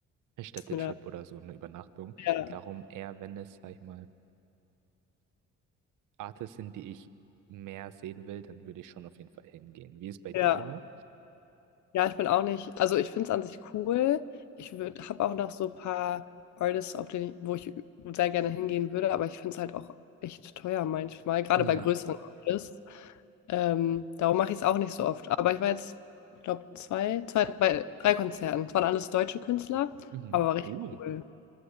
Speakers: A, on the right (about 85°); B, on the left (about 70°).
A: Städtetrip
B: ja,
A: oder so einer Übernachtung.
B: ja,
A: Darum eher, wenn es, sag ich mal, Artists sind, die ich mehr sehen will, dann würde ich schon auf jeden Fall hingehen. Wie es bei dir
B: ja,
A: aber?
B: ja, ich bin auch nicht. Also ich finde es an sich cool. Ich würde, habe auch noch so ein paar Artists, auf denen, ich- wo ich sehr gerne hingehen würde, aber ich finde es halt auch echt teuer manchmal, gerade
A: Ja.
B: bei größeren Artists. Ähm, darum mache ich es auch nicht so oft. Aber ich war jetzt, ich glaube, zwei, zwei, bei drei Konzerten. Es waren alles deutsche Künstler,
A: Mhm.
B: aber war richtig
A: Oh,
B: cool.